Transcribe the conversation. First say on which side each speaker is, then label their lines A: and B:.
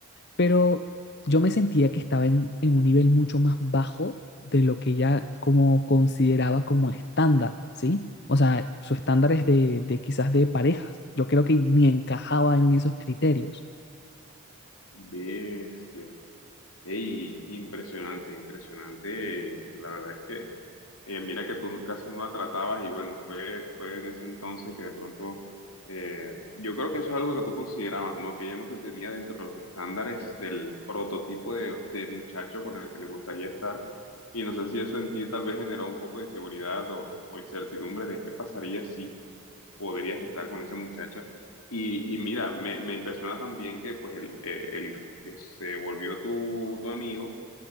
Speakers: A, on the left; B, on the left.
A: pero yo me sentía que estaba en, en un nivel mucho más bajo de lo que ella como consideraba como estándar, ¿sí? O sea, su estándar es de, de quizás de parejas. Yo creo que ni encajaba en esos criterios.
B: bestia. Ey, impresionante, impresionante. eh, La verdad es que, eh, mira que tú casi no la tratabas y bueno, fue, fue en ese entonces que de pronto, eh, yo creo que eso es algo que tú considerabas, ¿no? Que ella no te tenía dentro de los estándares del prototipo de, de muchacho con el que le gustaría estar. Y no sé si eso en ti tal vez generó un poco de inseguridad o, o incertidumbre de qué pasaría si podrías estar con esa muchacha. Y, y mira, me, me impresiona también que pues el, eh, el que se volvió tu, tu amigo